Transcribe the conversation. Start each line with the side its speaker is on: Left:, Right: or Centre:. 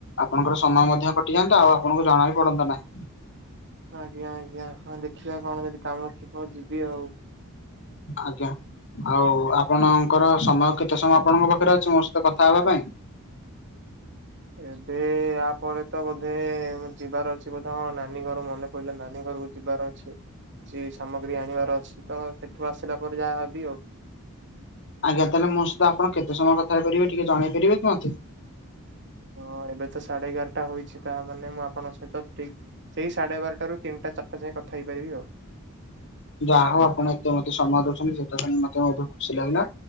Left: ଆପଣଙ୍କର ସମୟ ମଧ୍ୟ କଟିଯାଆନ୍ତା ଆଉ ଆପଣଙ୍କୁ ଜଣା ବି ପଡନ୍ତା ନାହିଁ।
Right: ଆଜ୍ଞା ଆଜ୍ଞା ହଁ ଦେଖିବା କଣ ଯଦି କାମ ଥିବ ଯିବି ଆଉ।
Left: ଆଜ୍ଞା ଆଉ ଆପଣଙ୍କର ସମୟ କେତେ ସମୟ ଆପଣଙ୍କ ପାଖରେ ଅଛି ମୋ ସହିତ କଥା ହେବା ପାଇଁ?
Right: ଏବେ ୟା ପରେ ତ ବୋଧେ ଯିବାର ଅଛି ବୋଧେ ନାନୀ ଘର ମନେ କହିଲେ ନାନୀ ଘରକୁ ଯିବାର ଅଛି। ଛି ସାମଗ୍ରୀ ଆଣିବାର ଅଛି ତ ସେଠୁ ଆସିଲା ପରେ ଯାହା ହେବି ଆଉ।
Left: ଆଜ୍ଞା ତାହେଲେ ମୋ ସହିତ ଆପଣ କେତେ ସମୟ କଥା ହେଇପାରିବେ ଟିକେ ଜଣେଇ ପାରିବେ କି ମତେ?
Right: ହଁ ଏବେ ତ ସାଢେ ଏଗାରଟା ହୋଉଛି ତା ମାନେ ମୁଁ ଆପଣଙ୍କ ସହିତ ଠିକ ସେଇ ସାଢେ ବାରଟାରୁ ତିିନଟା ଚାରିଟା ଯାଏ କଥା ହେଇପାରିବି ଆଉ।
Left: ଯାହା ହଉ ଆପଣ ଏତେ ମତେ ସମୟ ଦଉଚନ୍ତି ସେଟା ମତେ ମ ଖୁସି ଲାଗିଲା।